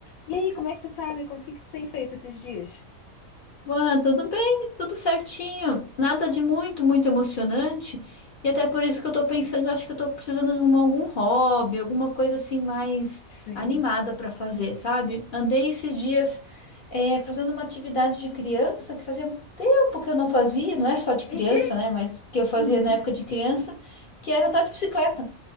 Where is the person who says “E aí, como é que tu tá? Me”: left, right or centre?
Left